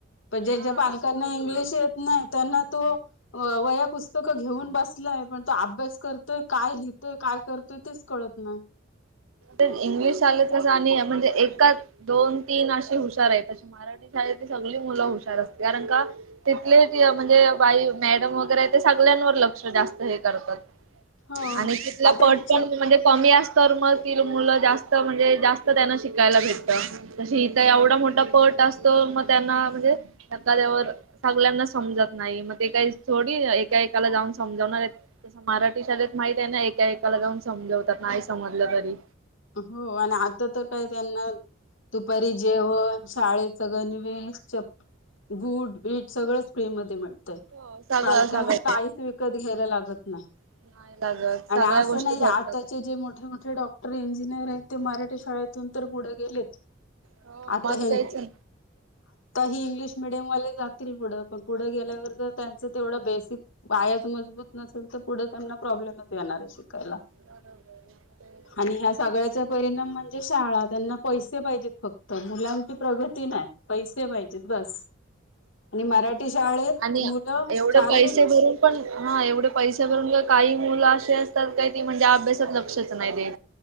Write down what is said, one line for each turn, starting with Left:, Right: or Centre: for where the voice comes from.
Left: पण ज्या
Right: हा
Left: ज्या पालकांना इंग्लिश येत नाही त्यांना तो वया पुस्तकं घेऊन बसलंय पण तो अभ्यास करतोय काय लिह तर काय करतोय तेच कळत नाही
Right: इंग्लिश शालेस आणि म्हणजे एका दोन तीन असे हुशार आहे तसे मराठी शाळेत सग मुलं हुशार असते कारण का तिथली म्हणजे बाई मॅडम वगैरे आहे ते सगळ्यांवर लक्ष जास्त हे करतात
Left: हो
Right: आणि तिथला
Left: त्यांचे
Right: पट पण म्हणजे कमी असत तर मग त मुलं जास्त म्हणजे जास्त त्यांना शिकायला भेटत ज हित एवढा मोठा पट असतो मग त्यांना म्हणजे एखाद्या सगल्यांना समजत नाही ते काही थोडी एका एकाला जाऊन समजावणार आहेत तस मराठी शाळेत माहित आहे ना एकाला जाऊन समजवतात नाही समजलं तरी
Left: हो आणि आता तर काय त्यांना दुपारी जेवण शाळेच गणवेश चप बूट बीट सगळेच फ्री म मिळत
Right: हो सगळं
Left: पालकांनाता
Right: सगळं
Left: आईस विकत घ्यायला लागत नाही
Right: नाही लागत
Left: आणि
Right: सगळ्या
Left: असं
Right: गोष्टी
Left: नाही
Right: भेटतात.
Left: आताचे जे मोठे मोठे डॉक्टर इंजिनियर आहेत ते मराठी शाळेतून तर पुढे गेले
Right: हो
Left: आत्या
Right: मग
Left: नाय
Right: तेच ना
Left: ह इंग्लिश मिडियमवाले जातील पुढं पण पुढे गेल्यावर तर त्यांचं तेवढं बेसिक पायाच म होत नसेल तर पुढं त्यांना प्रॉब्लेमच येणार आहे शिकायला
Right: बरोबर
Left: आणि ह्या सगळ्याचा परिणाम म्हणजे शाळा त्यांना पैसे पाहिजेत फक्त मुलांची प्रगती नाही पैसे पाहिजेत बस आणि मराठी शाळेत
Right: आणि
Left: मुलं
Right: एवढे
Left: शारीरिक
Right: पैसे भरून पण हा एवढे पैसे भरून का काही मुलं अशी असतात. काय ती म्हणजे अभ्यासात लक्षच नाही ते